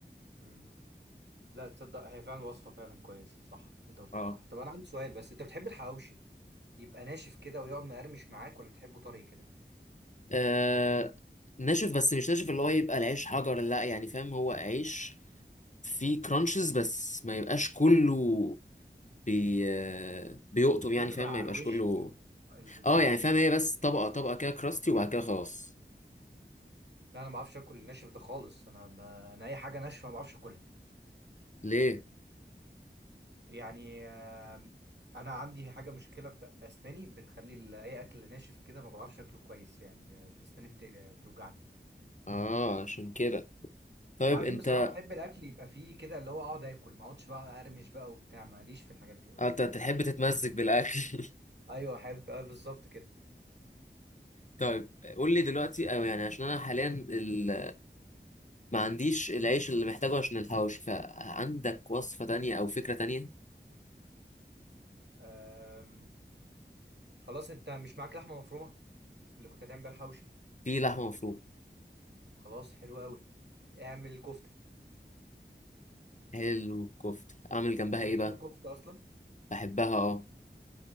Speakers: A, on the right (about 70°); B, on the left (about 40°).
A: امم لا تصدق هي فعلا وصفه فعلا كويسه صح انت قلتها
B: اه
A: صح طب انا عندي سؤال بس انت بتحب الحواوشي يبقى ناشف كده ويقعد مقرمش معاك ولا بتحبه طري كده
B: آه ناشف بس مش ناشف اللي هو يبقى العيش حجر لا يعني فاهم هو عيش فيه كرانشز بس ما يبقاش كله بي آه، بيقطم يعني
A: في بيبقى
B: فاهم ما
A: على
B: يبقاش
A: الوش
B: كله
A: كده اللي بيبقى
B: اه
A: على
B: يعني
A: الوش
B: فاهم
A: ده
B: هي بس طبقة طبقة كده كراستي وبعد كده خلاص
A: لا انا ما بعرفش اكل الناشف ده خالص انا ب... انا اي حاجه ناشفه ما بعرفش اكلها
B: ليه
A: يعني آه، انا عندي حاجه مشكله في اسناني بتخلي ال- اي اكل ناشف كده ما بعرفش اكله كويس يعني ب- بسناني بت- بتوجعني
B: اه عشان كده طيب
A: وبعدين
B: انت
A: بصراحه بحب الاكل يبقى فيه كده اللي هو اقعد اكل ما اقعدش بقى ارمش بقى وبتاع ماليش في الحاجات دي قوي
B: آه، انت تحب تتمزج بالاكل <laughs>
A: ايوه احب آه، بالظبط كده
B: طيب قول لي دلوقتي او يعني عشان انا حاليا ال... ما عنديش العيش اللي محتاجه عشان الحوش فعندك وصفة تانية او فكرة تانية
A: آم، خلاص انت مش معاك لحمه مفرومه اللي كنت هتعمل بيها الحوشي
B: في لحمة مفرومة
A: خلاص حلو قوي اعمل كفته
B: حلو الكفتة اعمل جنبها
A: انت
B: ايه
A: بتحب
B: بقى
A: الكفته اصلا
B: بحبها اه